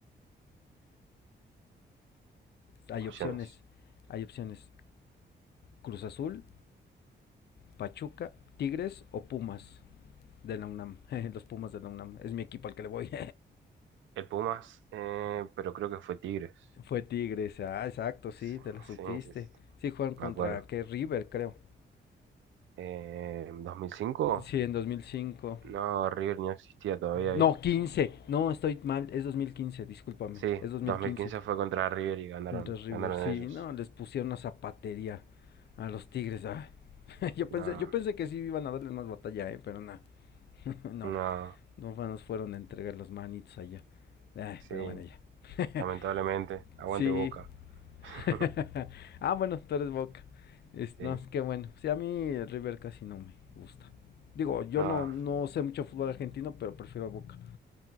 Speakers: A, on the left (about 60°); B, on the right (about 85°).
A: Hay
B: Opciones.
A: opciones, hay opciones. Cruz Azul, Pachuca, Tigres o Pumas de la UNAM. <laughs> Los Pumas de la UNAM. Es mi equipo al que le voy.
B: El Pumas, eh, pero creo que fue Tigres.
A: <laughs> Fue Tigres. Ah, exacto, sí,
B: Sí,
A: te la supiste.
B: sí, sí, sí,
A: Sí, juegan contra,
B: me acuerdo.
A: que River, creo.
B: Eh, ¿2005?
A: Sí, en 2005.
B: No, River no existía todavía ahí.
A: No, 15. No, estoy mal. Es dos mil quince. discúlpame.
B: Sí,
A: Es 2015.
B: 2015 fue contra River y ganaron,
A: contra River.
B: ganaron
A: Sí,
B: ellos.
A: no, les pusieron una zapatería a los Tigres. ah. <laughs> Yo
B: No,
A: pensé, yo pensé que sí iban a darles más batalla, eh, pero nada. <laughs> no,
B: no,
A: no fue- nos fueron a entregar las manitos allá. Ay,
B: sí,
A: pero bueno, ya. <laughs>
B: lamentablemente. Aguante
A: sí.
B: Boca. <laughs>
A: <laughs> ah, bueno, tú eres Boca. Es,
B: Sí,
A: no, es que bueno. Sí, a mí el River casi no me gusta. Digo, yo
B: nada,
A: no, no sé mucho fútbol argentino, pero prefiero a Boca.